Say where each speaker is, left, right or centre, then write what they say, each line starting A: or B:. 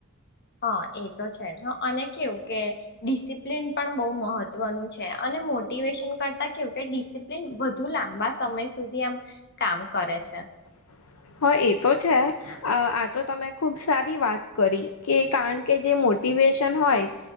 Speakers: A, on the left; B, on the left.
A: હા એ તો છે જ હ અને કેવું કે ડિસિપ્લિન પણ બહુ મહત્વનું છે અને મોટિવેશન કરતા કેવુકે ડિસિપ્લિન વધુ લાંબા સમય સુધી આમ કામ કરે છે.
B: <inaudible> હા એ તો છે આ આ તો તમે ખુબ સારી વાત કરી કે કારણ કે જે મોટિવેશન હોય